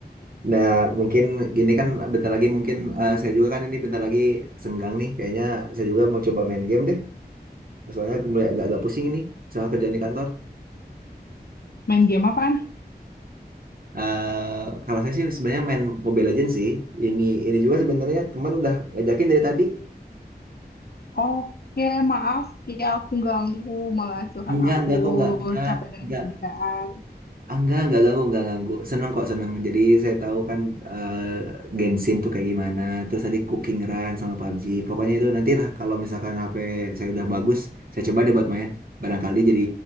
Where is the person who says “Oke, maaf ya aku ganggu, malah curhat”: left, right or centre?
Left